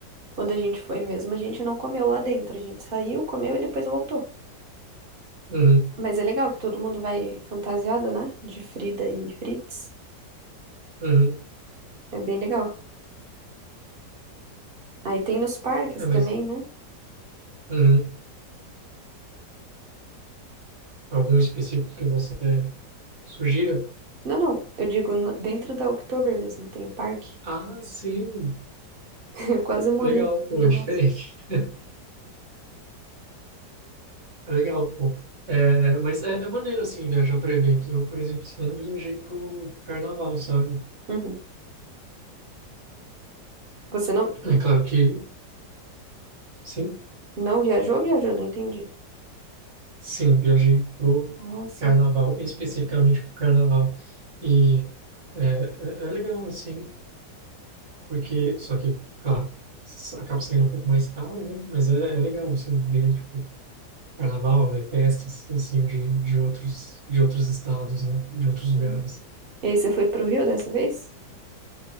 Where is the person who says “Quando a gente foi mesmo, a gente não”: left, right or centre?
Right